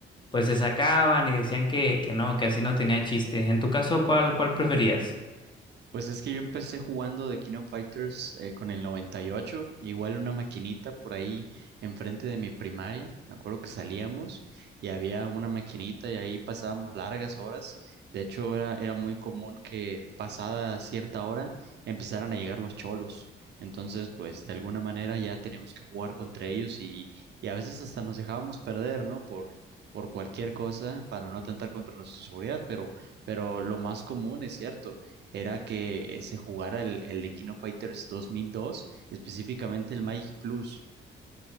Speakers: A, on the left; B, on the right.
A: pues se sacaban y decían que, que no, que así no tenía chiste. En tu caso, ¿cuál, cuál preferías?
B: Pues es que yo empecé jugando de King of Fighters eh, con el 98, igual una maquinita por ahí enfrente de mi primaria. Me acuerdo que salíamos y había una maquinita y ahí pasábamos largas horas. De hecho, era, era muy común que pasada cierta hora empezaran a llegar los cholos. Entonces, pues de alguna manera ya teníamos que jugar contra ellos y, y a veces hasta nos dejábamos perder, ¿no? Por, por cualquier cosa para no atentar contra nuestra seguridad, pero, pero lo más común es cierto era que eh, se jugara el, el Equino Fighters 2002, específicamente el Magic Plus.